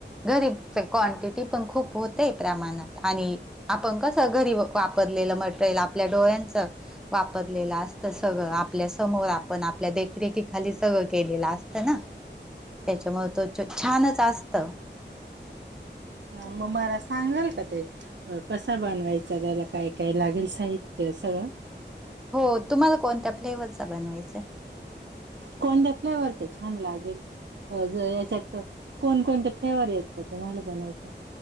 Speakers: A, in the centre; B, on the right.
A: गरीब क्वांटिटी पण खूप होतेय प्रमाणात आणि. आपण कसं घरी वापरलेलं मटेरियल आपल्या डोळ्यांचं. वापरलेलं असत सगळं आपल्या समोर आपण आपल्या देखरेखीखालीच. सगळं केलेलं असतं ना त्याच्यामुळं त्वच छानच असत.
B: हा मग मला सांगाल का ते. अ कसा बनवायचां त्याला काय काय लागेल साहित्य सगळं.
A: हो तुम्हाला कोणत्या फ्लेवरचा बनवायचं हाय.
B: कोणत्या फ्लेवरच छान लागेल. अ ज याच्यात कोण कोणते प्लेवर येतं तुम्हाला बनवता.